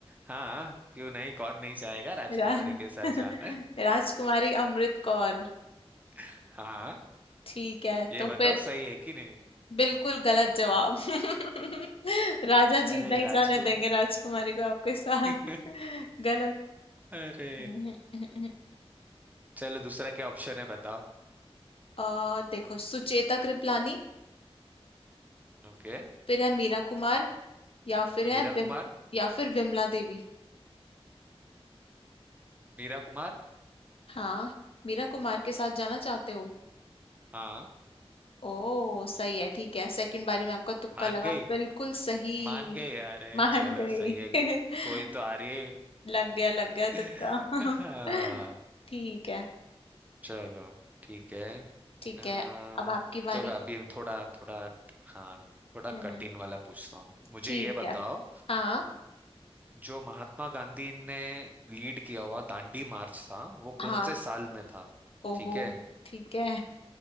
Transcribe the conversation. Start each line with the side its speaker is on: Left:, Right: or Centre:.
Right: हाँ क्यों नहीं कौन नहीं चाहेगा राजकुमारी
Left: रा,
Right: के साथ
Left: <laughs>
Right: जाना
Left: राजकुमारी अमृत कौर
Right: <laughs> हाँ
Left: ठीक है
Right: ये
Left: तो
Right: बताओ
Left: फिर
Right: सही है कि नहीं
Left: बिल्कुल गलत जवाब <laughs> राजा जी
Right: अरे
Left: नहीं
Right: राजकुमार
Left: जाने देंगे राजकुमारी को आपके साथ
Right: <laughs>
Left: <laughs> गलत
Right: अरे
Left: <laughs>
Right: चलो दूसरा क्या ऑप्शन है बताओ
Left: अ देखो सुचेता कृपलानी
Right: ओके
Left: फिर है मीरा कुमार या फिर है
Right: मीरा
Left: विम,
Right: कुमार
Left: या फिर विमला देवी
Right: मीरा कुमार
Left: हाँ मीरा कुमार के साथ जाना चाहते हो
Right: हाँ
Left: ओ सही है ठीक है सेकंड बारी में आपका तुक्का
Right: मान
Left: लगा
Right: गई
Left: बिल्कुल सही
Right: मान गई अरे
Left: मान
Right: चलो
Left: गई
Right: सही है
Left: <laughs>
Right: कोई तो आ रही है
Left: लग गया लग गया
Right: <laughs>
Left: तुक्का <laughs>
Right: हाँ
Left: ठीक है
Right: चलो ठीक है
Left: ठीक
Right: आ,
Left: है अब आपकी बारी
Right: चलो अभी हम थोड़ा थोड़ा हाँ थोड़ा
Left: हम्म
Right: कठिन वाला पूछता हूँ मुझे
Left: ठीक
Right: ये बताओ
Left: है हाँ
Right: जो महात्मा गांधी ने लीड किया हुआ दांडी मार्च था वो
Left: हाँ
Right: कौन से साल में था
Left: ओहो
Right: ठीक है
Left: ठीक है